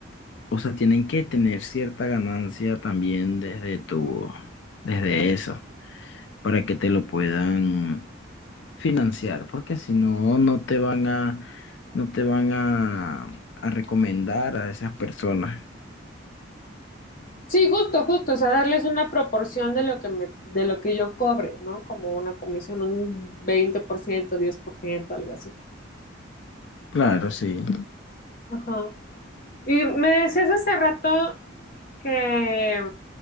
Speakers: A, on the left; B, on the left.
A: o sea, tienen que tener cierta ganancia también desde tu, desde eso, para que te lo puedan financiar, porque si no, no te van a, no te van a, a recomendar a esas personas.
B: Sí, justo, justo, o sea, darles una proporción de lo que me, de lo que yo cobre, ¿no? Como una comisión, un veinte por ciento, diez por ciento, algo así.
A: Claro, sí.
B: Ajá. Y me decías hace rato que,